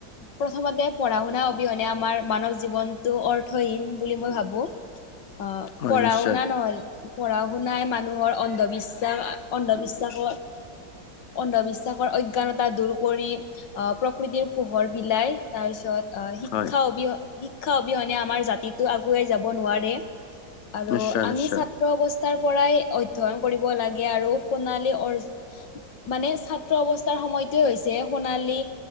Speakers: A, on the left; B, on the left.
A: প্ৰথমতে পঢ়া শুনা অবিহনে আমাৰ মানৱ জীৱনতটো অৰ্থহীন বুলি মই ভাবো অ
B: হয়
A: পঢ়াওনা
B: নিশ্চয়
A: নহল পঢ়া শুনাই মানুহৰ অন্ধবিশ্বাস অন্ধবিশ্বাসৰ অন্ধবিশ্বাসৰ্ জঞানতা দূৰ কৰি আহ প্ৰকৃতিৰ পোহৰ বিলাই তাৰ পিছত আহ শিক্ষা
B: হয়
A: অবি শিক্ষা অবিহনে আমাৰ জাতিটো আগুৱাই যাব নোৱাৰে আৰু
B: নিশ্চয়
A: আমি
B: নিশ্চয়
A: ছাত্ৰ অবস্থা টাৰ পৰাই অধ্যয়ন কৰিব লাগে আৰু সোণালী অ মানে ছাত্ৰ অৱস্থা তাৰ সময়টটোৱে হৈছে সোণালী